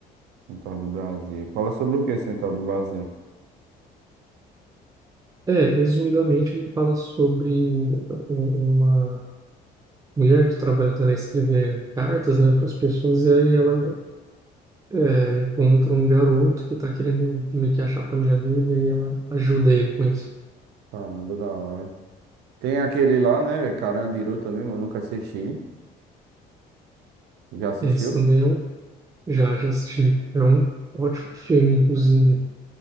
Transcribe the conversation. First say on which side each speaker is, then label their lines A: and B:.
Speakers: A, on the right; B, on the right.
A: Central do Brasil. Fala sobre o que Central do Brasil?
B: É, resumidamente, ele fala sobre u- uma mulher que trabalha dela escrever cartas, né, para as pessoas, e aí ela é, encontra um garoto que está querendo meio que achar a família dele, e aí ela ajuda ele com isso.
A: Caramba, da hora. Tem aquele lá, né? Carandiru também, mas nunca assisti. Já assistiu?
B: Esse também eu já, já assisti. É um ótimo filme, inclusive.